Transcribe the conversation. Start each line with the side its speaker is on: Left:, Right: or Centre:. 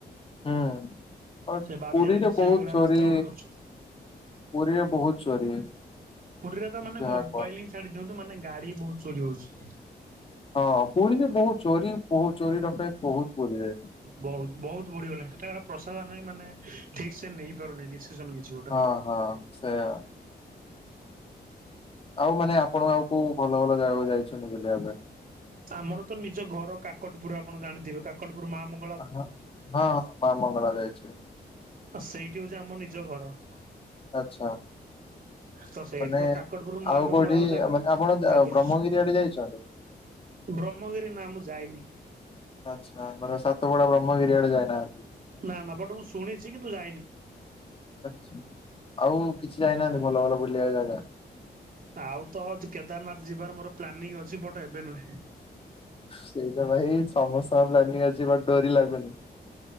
Left: ହୁଁ ପୁରୀରେ
Right: ସେ ବାଧ୍ୟ ହେଇକି ସେ
Left: ବହୁତ
Right: ଭଳିଆ
Left: ଚୋରି
Right: ରାସ୍ତା ଗୋଟେ କରୁଛି।
Left: ପୁରୀରେ ବହୁତ ଚୋରି।
Right: ପୁରୀରେ ତ ମାନେ
Left: ଯାହା
Right: ମୋବାଇଲ
Left: କୁହ
Right: ହିଁ ଛାଡି ଦିଅନ୍ତୁ ମାନେ ଗାଡି ବହୁତ ଚୋରି ହଉଛି।
Left: ହଁ ପୁରୀରେ ବହୁତ ଚୋରି ବହୁତ ଚୋରି ଡକାୟତି ବହୁତ ପୁରୀରେ।
Right: ବହୁତ ବହୁତ ବଢିଗଲା ସେଟା ପ୍ରସାଶନ ବି ମାନେ ଠିକ ସେ ନେଇ ପାରୁନି ଡିସିସନ କିଛି। ଗୋଟେ।
Left: ହଁ ହଁ ସେଇୟା। ଆଉ ମାନେ ଆପଣ ଆଉ କୋଉ ଭଲ ଭଲ ଜାଗାକୁ ଯାଇଛନ୍ତି ବୁଲିବା ପାଇଁ।
Right: ଆମର ତ ନିଜ ଘର କାକଟପୁର ଆପଣ ଜାଣିଥିବେ କାକଟପୁର ମା ମଙ୍ଗ
Left: ହଁ ହଁ ମା ମଙ୍ଗଳା ଯାଇଛି।
Right: ଆ ସେଇଠି ହଉଛି ଆମ ନିଜ ଘର।
Left: ଆଛା।
Right: ତ ସେଇଠି
Left: ମାନେ
Right: ତ କାକଟପୁର ମା
Left: ଆଉ
Right: ମଙ୍ଗଳାଙ୍କ
Left: କୋଉଠି
Right: ଜାଗା।
Left: ମାନେ ଆପଣ
Right: ଆଜ୍ଞା
Left: ବ୍ରହ୍ମଗିରି ଆଡେ ଯାଇଛନ୍ତି।
Right: ବ୍ରହ୍ମଗିରି ନା ମୁଁ ଯାଇନି।
Left: ଆଚ୍ଛା ମାନେ ସାତ ବଡା ବ୍ରହ୍ମଗିରି ଆଡେ ଯାଇନାହାନ୍ତି।
Right: ନା ନା ବଟ ମୁଁ ଶୁଣିଛି କିନ୍ତୁ ଯାଇନି।
Left: ଆଛା ଆଉ କିଛି ଯାଇନାହାନ୍ତି ଭଲ ଭଲ ବୁଲିବା ଜାଗା।
Right: ଆଉ ତ କେଦାରନାଥ ଯିବାର ମୋର ପ୍ଲାନିଂ ଅଛି ବଟ ଏବେ ନୁହେଁ।
Left: ସେଇ ତ ଭାଇ ସମସ୍ତଙ୍କ ପ୍ଲାନିଂ ଅଛି ବଟ ଡୋରି ଲାଗୁନି।